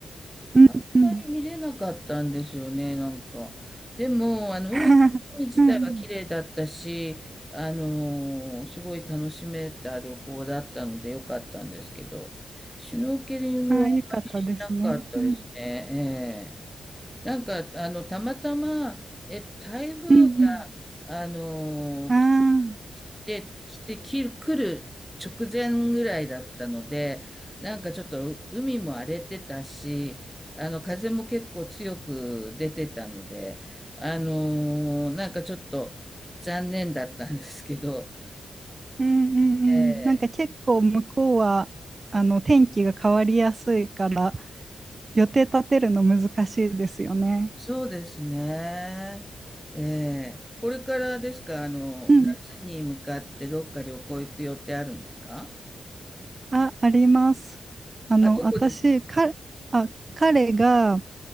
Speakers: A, on the right; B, in the centre.
A: うんうん。
B: あんまり見れなかったんですよね、なんか。でも、あの、
A: <laughs>
B: 海、海自体は綺麗だったし、
A: うんうん。
B: あのーすごい楽しめた旅行だったので良かったんですけど、シュノーケリングはあんまりしなかったですね。
A: ああ、よかったですね。うん
B: ええなんか、あの、たまたま、えっと、台風が、
A: うん
B: あのー
A: うん。ああ。
B: で、来て、き来る直前ぐらいだったので、なんかちょっと海も荒れてたし、あの、風も結構強く出てたので、あのーなんかちょっと残念だったんですけど、
A: うんうんうんなんか結構向こうはあの天気が変わりやすいから
B: ええ、
A: 予定立てるの難しいですよね。
B: そうですね。ええ、これからですか、あの、
A: うん。
B: 夏に向かってどっか旅行行く予定あるんですか
A: あ、あります。あの私か、
B: あ、どこです
A: あ、彼が